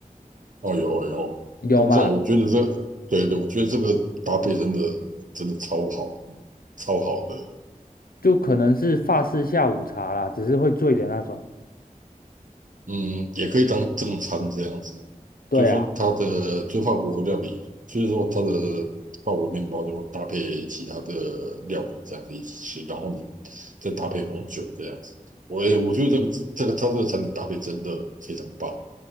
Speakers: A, on the right; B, on the left.
A: 哦呦哦呦，
B: 有嘛？
A: 他们这种我觉得这，对对，我觉得这个搭配真的真的超好，超好的。
B: 就可能是法式下午茶啦，只是会醉的那种。
A: 嗯，也可以当正餐这样子，
B: 对啊，
A: 就是说它的就法国料理，就是说它的法国面包就会搭配其他的料理这样子一起吃，然后你再搭配红酒这样子。我也我觉得这个这个它这个餐点搭配真的非常棒。